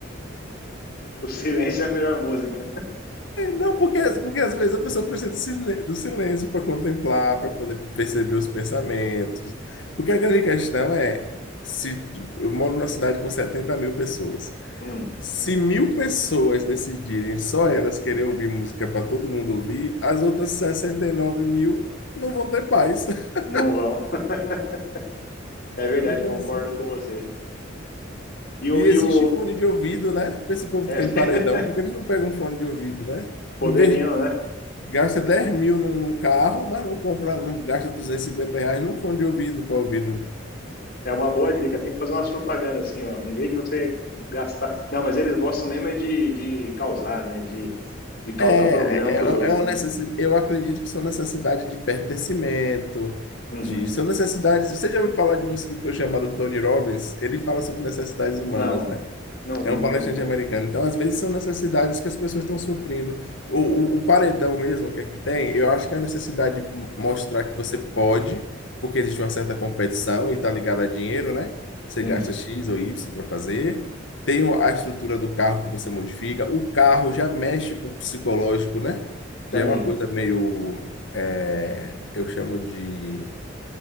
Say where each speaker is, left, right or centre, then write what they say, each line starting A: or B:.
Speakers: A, on the left; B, on the left.
A: O silêncio é a melhor música, né?
B: Não, porque, porque às vezes a pessoa precisa do silê- do silêncio para contemplar, para poder perceber os pensamentos. Porque a grande questão é, se tu- eu moro numa cidade com 70 mil pessoas.
A: Hum,
B: Se mil pessoas decidirem só elas querer ouvir música para todo mundo ouvir, as outras 69 mil não vão ter paz. <laughs>
A: não vão. <laughs> É verdade,
B: Então,
A: concordo
B: assim.
A: com você. E
B: E
A: o.
B: existe
A: E o...
B: fone de ouvido, né? Para esse povo
A: é,
B: que tem paredão, porque eles não pegam fone de ouvido, né?
A: <laughs> poderiam,
B: Em vez,
A: né?
B: gasta 10 mil num, num carro, mas não compra, não gasta 250 reais num fone de ouvido para ouvir
A: É uma boa dica, tem que fazer umas propagandas assim, ó. Em vez de você gastar. Não, mas eles gostam mesmo é de, de causar, né? De, de causar
B: É,
A: problema para
B: é, é
A: os outros,
B: é uma
A: né?
B: necessidade, eu acredito que são necessidade de pertencimento,
A: Uhum.
B: de, são necessidades. Você já ouviu falar de um escritor chamado Tony Robbins? Ele fala sobre necessidades humanas,
A: Não,
B: né?
A: não
B: É
A: vi,
B: um
A: não
B: palestrante
A: vi.
B: americano. Então, às vezes, são necessidades que as pessoas estão suprindo. O, o, o paredão mesmo que aqui tem, eu acho que é a necessidade de mostrar que você pode, porque existe uma certa competição e está ligada a dinheiro, né? Você
A: Hum,
B: gasta X ou Y para fazer. Tem o- a estrutura do carro que você modifica. O carro já mexe com o psicológico, né?
A: também,
B: Já é uma coisa meio. é, eu chamo de